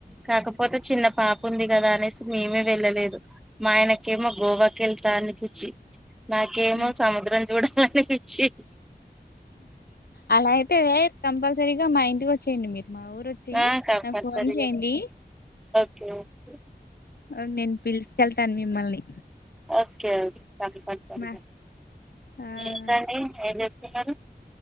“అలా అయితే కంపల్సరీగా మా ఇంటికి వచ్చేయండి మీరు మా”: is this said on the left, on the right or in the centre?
Left